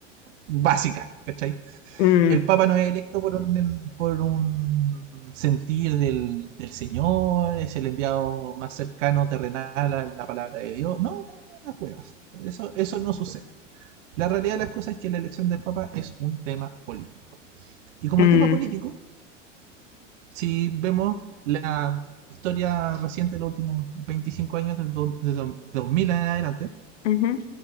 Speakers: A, on the right (about 70°); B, on the left (about 65°).
A: básica, ¿cachai?
B: Mm,
A: el Papa no es electo por un, por un sentir del, del Señor, es el enviado más cercano, terrenal a la palabra de Dios. No, no, no, las huevas. Eso, eso no sucede. La realidad de las cosas es que la elección del Papa es un tema político.
B: <laughs>
A: Y como
B: mm,
A: tema político, si vemos la historia reciente de los últimos 25 años, del dos de do, 2000 en adelante,
B: ujú.